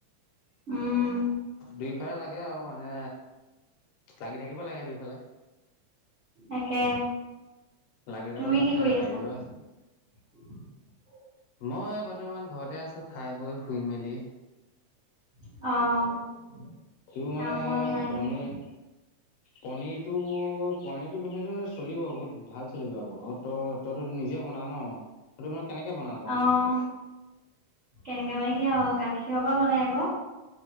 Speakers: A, on the right (about 65°); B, on the left (about 70°).
A: উম
B: দুইফালে লাগে আৰু মানে লাগি থাকিব লাগে দুইফালে৷
A: তাকে!
B: লাগি
A: তুমি
B: যাবলৈও
A: কি
B: আছে
A: কৰি
B: নালাগিবলৈও
A: আছা?
B: আছে।
A: <inaudible>
B: মই বৰ্তমান ঘৰতে আছো, খাই, বৈ, শুই মেলি।
A: অ'।
B: সিও
A: কাম
B: মানে
A: বন নাই
B: পনীৰ
A: একো
B: পনীৰটো- পনীৰটো বি <unintelligible> চলিব বহুত ভাল চলিব আকৌ, অ', তই তইটো নিজে বন <unintelligible> ন, <unintelligible> তই
A: অ', কেনেকে মানে কি আও গাখীৰৰ পৰা বনাই আকৌ।